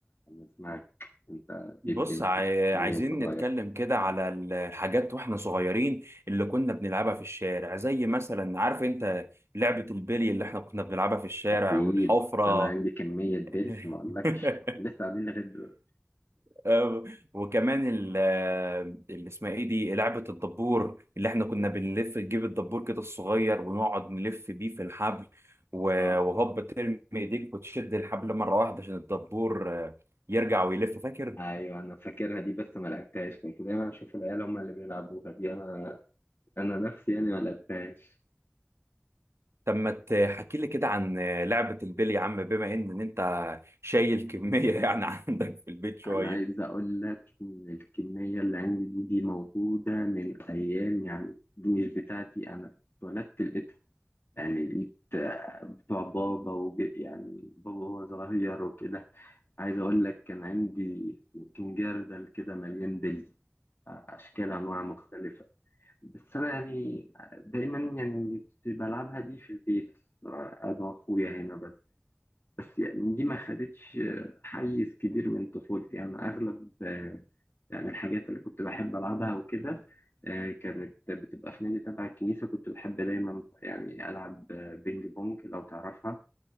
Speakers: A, on the left (about 55°); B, on the right (about 80°).
A: اسمعك انت
B: بص
A: ايه الدنيا
B: عاي-
A: كنت بتعمل
B: عايزين
A: ايه وانت صغير
B: نتكلم كده على ال- الحاجات واحنا صغيرين اللي كنا بنلعبها في الشارع زي مثلا عارف انت لعبة البلي اللي احنا كنا بنلعبها في الشارع
A: اكيد
B: والحفرة
A: ده انا عندي كمية بلش
B: <laughs>
A: ما اقولكش لسه قاعدين لغايه دلوقتي
B: آه، وكمان ال- آه، اللي اسمها ايه دي لعبة الدبور اللي احنا كنا بنلف نجيب الدبور كده الصغير ونقعد نلف بيه في الحبل و-
A: اه
B: وهوب ترمي ايديك وتشد الحبل مرة واحدة عشان الدبور آه، يرجع ويلف فاكر؟
A: ايوه انا فاكرها دي بس ما لعبتهاش كنت دايما اشوف العيال هم اللي بيلعبوها دي انا انا نفسي يعني ما لعبتهاش
B: طب ما تحكي لي كده عن آه، لعبة البلي يا عم بما ان إن انت شايل كمية <laughs> يعني عندك في البيت شوية
A: انا عايز اقول لك ان الكميه اللي عندي دي دي موجوده من ايام يعني دي مش بتاعتي انا اتولدت يعني لقيت آه، بتوع بابا وج... يعني بابا وهو صغير وكده عايز أقول لك كان عندي يمكن جردل كده مليان بلي آه، أشكال أنواع مختلفة بس أنا يعني آه، دايما يعني كنت بلعبها دي في البيت آه، أنا وأخويا هنا بس بس يعني دي ما خدتش حيز كبير من طفولتي يعني أغلب آه، يعني الحاجات اللي كنت بحب ألعبها وكده آه، كانت بتبقى في نادي تبع الكنيسة كنت بحب دايما يعني ألعب آه، بينج بونج لو تعرفها